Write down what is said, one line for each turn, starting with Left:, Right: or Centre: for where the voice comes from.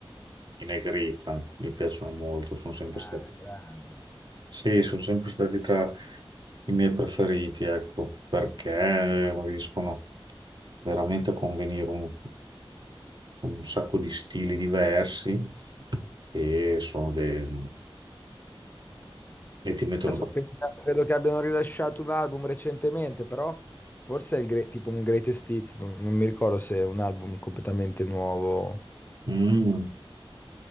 Right: i Negrita, mi piacciono molto, sono sempre
Left: Ah,
Right: stati,
Left: grande.
Right: sì, sono sempre stati tra i miei preferiti, ecco, perché riescono veramente a convenire un, insomma, un sacco di stili diversi e, sono dei- e ti mettono...
Left: Adesso penso che- credo che abbiano rilasciato un album recentemente, però forse è il gre- tipo un Greatest Hits, non, non mi ricordo se è un album completamente nuovo.
Right: Mm,